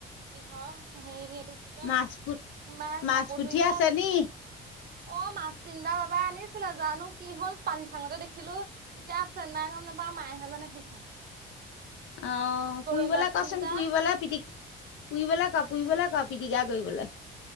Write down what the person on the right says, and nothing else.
কিহৰ হেৰি এটো কি কয়,
তোমাৰ
কাপোৰ
ধুইহে
আছিল,
অ মাছ তিনটা বাবাই আনিছিলে জানো কি হল পানী চাঙতে দেখিলো, এতিয়া আছে নাই গম নাপাওঁ। মায়ে নে সেইখন।
গৰৈ
মাছ তিনিটা